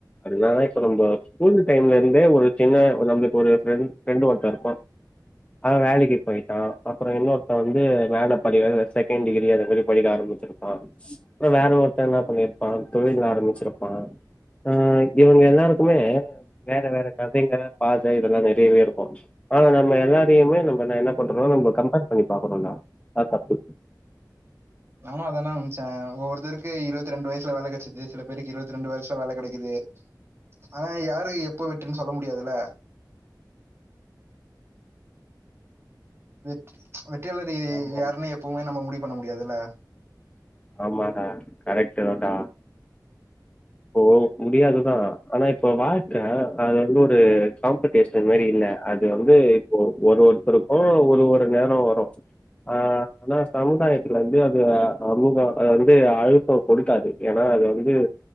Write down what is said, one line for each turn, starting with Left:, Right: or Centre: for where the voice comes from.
Left: அதனாலா இப்ப நம்ம ஸ்கூலு டைம்ல இருந்தே ஒரு சின்ன நம்மளுக்கு ஒரு ஃப்ரெண் ஃப்ரெண்டு ஒருத்த இருப்பா அவன் வேலைக்கி போயிட்டா அப்றோ இன்னொருத்த வந்து மேல படிக்கற செகண்ட் டிகிரி அது படிக்க ஆரம்பிச்சிருப்பா ஆஹ் வேற ஒருத்த என்ன பண்ணிருப்பா தொழில் ஆரம்பிச்சிருப்பா ஆஹ் இவங்க எல்லாருக்குமே வேற வேற கதைங்க பாத இதெல்லா நெறையவே இருக்கு ஆனா நம்ம எல்லாரையுமே நம்ம நான் என்ன பண்றம்னா நம்ம கம்பேர் பண்ணி பாக்கறோம்டா அது தப்பு
Right: ஆமா அதானே அம்பிச்சேன் ஒவ்வொருத்தருக்கு இருபத்தி ரெண்டு வயசுல வேலை கெடச்சது சில பேருக்கு இருபத்தி ரெண்டு வயசுல வேலை கிடைக்குது ஆனா யாரு எப்ப வெட்டுன்னு சொல்ல முடியாதுல்ல வெற் வெற்றியாளர்
Left: ஆமாமா
Right: யாருன்னே எப்பவுமே நம்ம முடிவு பண்ண முடியாதுல்ல
Left: ஆமாடா கரெக்டு தான்டா ஓ முடியாதுதா ஆனா இப்ப வாழ்க்க அது வந்து ஒரு காம்படி பேஸ்ன மாரி இல்ல அது வந்து இப்ப ஒரு ஒருத்தருக்கு ஒரு ஒரு நேரோ வரு ஆ ஆனா சமுதாயத்துல இருந்து அது அ சமூகோ அது வந்து அழுத்தோ கொடுக்காது ஏனா அது வந்து